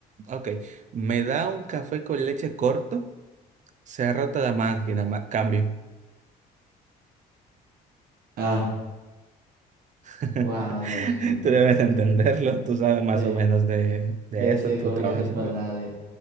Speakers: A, on the right; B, on the right.
A: ok. ¿Me da un café con leche corto? Se ha roto la máquina, ma- cambio.
B: Ah,
A: <laughs>
B: wow, Dios mío.
A: Tú debes de entenderlo, tú sabes más
B: Sí,
A: o menos de, de
B: sí,
A: eso,
B: sí,
A: tú
B: comunicación
A: trabajas eso.
B: por radio.